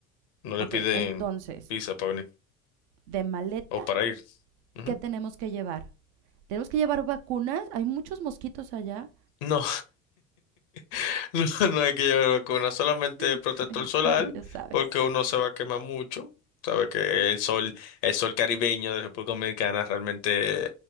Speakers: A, on the left (about 60°); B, on the right (about 60°).
A: no le
B: Ok,
A: piden
B: entonces,
A: visa para venir
B: de maleta,
A: o para ir. Ujú.
B: ¿qué tenemos que llevar? Tenemos que llevar vacunas. Hay muchos mosquitos allá.
A: No, <laughs> no, no hay que llevar vacuna, solamente protector
B: <laughs> es
A: solar,
B: que ya sabes.
A: porque uno se va a quemar mucho. Sabe que el sol, el sol caribeño de República Dominicana realmente